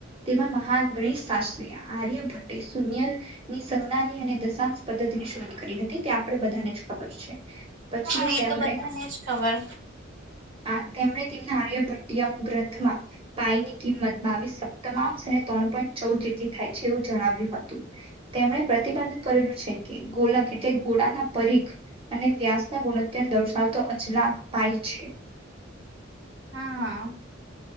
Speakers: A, on the right; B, on the right.
A: તેમાં મહાન ગણેશ શાસ આર્ય ભટ્ટએ શૂન્ય ની સંજ્ઞાની અને દશાંશ પદ્ધતિ ની શોધ કરી હતી તે આપણે બધાને જ ખબર છે. પછી
B: હા એ
A: તેમણે
B: તો બધાને જ ખબર.
A: આ તેમણે તેમના આર્યભટ્ટિયામ ગ્રંથમાં પાયની કિંમત બાવીસક તમામ સને ત્રણ પણ ચૌથીથી થાય છે એવું જણાવ્યું હતું. તેમણે પ્રતિપાદન કરેલું છે કે ગોલક એટલે ગોડાના પરીખ અને વ્યાસના ગુણોત્તર દર્શાવતો અચલાક પાય છે.
B: હા હા.